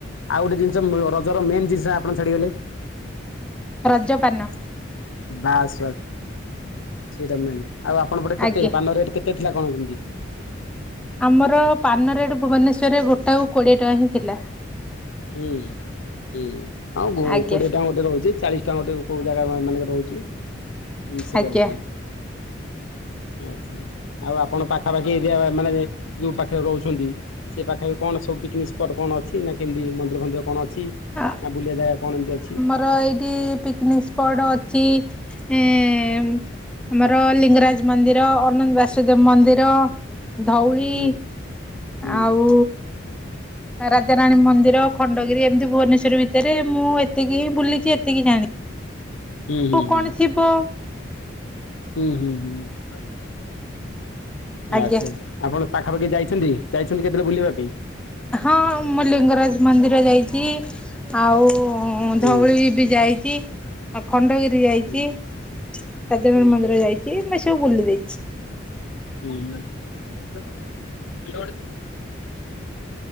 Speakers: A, on the left (about 85°); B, in the centre.
A: ଆଉ ଗୋଟେ ଜିନିଷ ରଜର ମେନ୍ ଜିନିଷ ଆପଣ ଛାଡିଗଲେ।
B: ରଜ ପାନ।
A: ବାସ୍ ବାସ୍ ସେଇଟା ମେନ୍ ଆଉ ଆପଣ ପଟେ କେତେ
B: ଆଜ୍ଞା
A: ପାନ ରେଟ କେତେ ଥିଲା କଣ କେମତି?
B: ଆମର ପାନ ରେଟ୍ ଭୁବନେଶ୍ୱରରେ ଗୋଟାକୁ କୋଡ଼ିଏ ଟଙ୍କା ହିଁ ଥିଲା।
A: ଉଁ ହୁଁ ଆଉ ଗୋ
B: ଆଜ୍ଞା
A: କୋଡ଼ିଏ ଟଙ୍କା ଗୋଟେ ରହୁଚି। ଚାଳିଶ ଟଙ୍କା ଗୋଟେ କୋଉ ଜାଗାମା ମାନଙ୍କ ରହୁଛି ଏମିସେ
B: ଆଜ୍ଞା
A: ରହୁଚି। ଆଚ୍ଛା ଆଉ ଆପଣ ପାଖାପାଖି ଏରିଆ ମାନେ ଯୋଉ ପାଖରେ ରହୁଛନ୍ତି ସେ ପାଖରେ କଣ ସବୁି ପିକନିକ୍ ସ୍ପଟ୍ କଣ ଅଛି ନାଁ କେମିତି ମନ୍ଦିର ଫନ୍ଦିର କଣ ଅଛି
B: ହଁ
A: ନା ବୁଲିବା ଜାଗା କଣ ଏମିତି ଅଛି?
B: ଆମର ଏଇଠି ପିକନିକ୍ ସ୍ପଟ୍ ଅଛି ଏଁ ଆମର ଲିଙ୍ଗରାଜ ମନ୍ଦିର, ଅନନ୍ତ ବାସୁଦେବ ମନ୍ଦିର, ଧଉଳି।
A: ହୁଁ ହୁଁ
B: ଆଉ ରାଜରାଣୀ ମନ୍ଦିର ଖଣ୍ଡଗିରି ଏମିତି ଭୁବନେଶ୍ୱର ଭିତରେ ମୁଁ ଏତିକି ହିଁ ବୁଲିଚି ଏତିକି ଜାଣି
A: ହୁଁ ହୁଁ
B: ଉ କଣ
A: ହୁଁ।
B: ଥିବ।
A: ହୁଁ, ହୁଁ, ହୁଁ।
B: ଆଜ୍ଞା
A: ଆଚ୍ଛା ଆପଣ ପାଖାପାଖି ଯାଇଛନ୍ତି, ଯାଇଛନ୍ତି କେତେଳେ ବୁଲିବା ପାଇଁ?
B: ହଁ ମୁଁ ଲିଙ୍ଗରାଜ ମନ୍ଦିର ଯାଇଚି। ଆଉ ଉଁ
A: ହୁଁ
B: ଧଉଳି ବି ଯାଇଚି। ଆଉ ଖଣ୍ଡଗିରି ଯାଇଚି,
A: ହୁଁ
B: ରାଜା
A: ହୁଁ
B: ରାଣୀ ମନ୍ଦିର ଯାଇଚି, ଏମି ସବୁ ବୁଲି ଦେଇଚି।
A: ଉଁ ହୁଁ ଆଚ୍ଛା